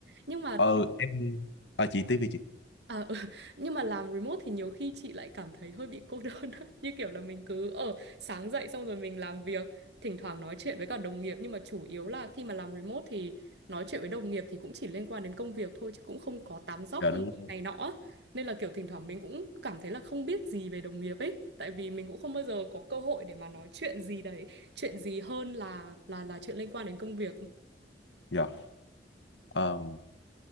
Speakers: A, on the right; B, on the left.
A: Nhưng mà
B: Ờ, em... à chị tiếp đi chị.
A: À, ừ. Nhưng mà làm remote thì nhiều khi chị lại cảm thấy hơi bị cô đơn á. <laughs> Như kiểu là mình cứ ở sáng dậy xong rồi mình làm việc, thỉnh thoảng nói chuyện với cả đồng nghiệp nhưng mà chủ yếu là khi mà làm remote thì nói chuyện với đồng nghiệp thì cũng chỉ liên quan đến công việc thôi chứ cũng không có tám dóc
B: Dạ, đúng rồi.
A: này nọ. á. Nên là kiểu thỉnh thoảng mình cũng cảm thấy là không biết gì về đồng nghiệp ấy, tại vì mình cũng không bao giờ có cơ hội để mà nói chuyện gì đấy, chuyện gì hơn là là là chuyện liên quan đến công việc.
B: Dạ. Ờ,